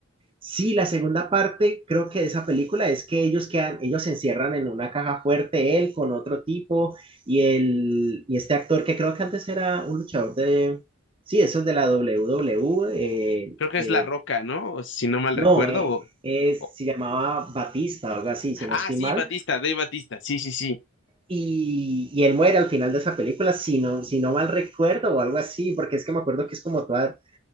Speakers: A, on the right; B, on the left.
A: Sí, la segunda parte, creo que de esa película es que ellos quedan, ellos se encierran en una caja fuerte, él con otro tipo, y, el, y este actor que creo que antes era un luchador de, sí, eso es de la WWE, eh,
B: Creo que es
A: eh,
B: La Roca, ¿no? O Si no mal
A: No,
B: recuerdo,
A: eh, es-
B: o...
A: se llamaba Batista, algo así,
B: Ah,
A: si no estoy
B: sí,
A: mal.
B: Batista, Dave Batista, sí, sí, sí,
A: Y, y él muere al final de esa película, si no, si no mal recuerdo o algo así, porque es que me acuerdo que es como toda...